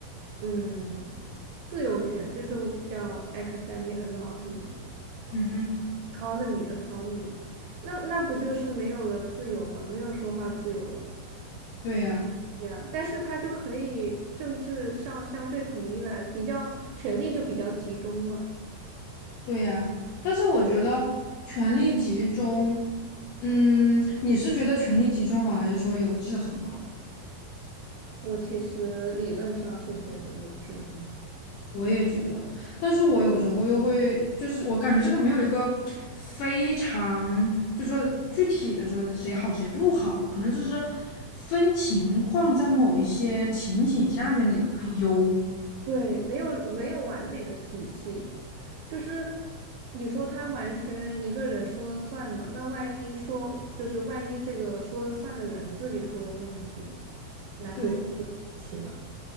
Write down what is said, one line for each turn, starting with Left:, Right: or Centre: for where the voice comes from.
Right: 嗯，自由权，就是叫 academic autonomy
Left: 嗯哼，
Right: autonomy autonomy，那那不就是没有了自由吗？没有说话自由了。
Left: 对呀，
Right: 对呀，但是他就可以政治上相对统一了，比较权力就比较集中嘛。
Left: 对呀。但是我觉得权力集中，嗯，你是觉得权力集中好，还是说有制衡好？
Right: 我其实理论上是觉得有制衡。
Left: 我也觉得，但是我有时候又会，就是我感觉这个没有一个非常，就说具体的说谁好谁不好，可能就是分情况，在某一些情景下面哪个更优。
Right: 对，没有没有完美的体系，就是你说他完全一个人说了算呢，那万一说就是万一这个说了算的人自己出了问题，那就有问题了。
Left: 对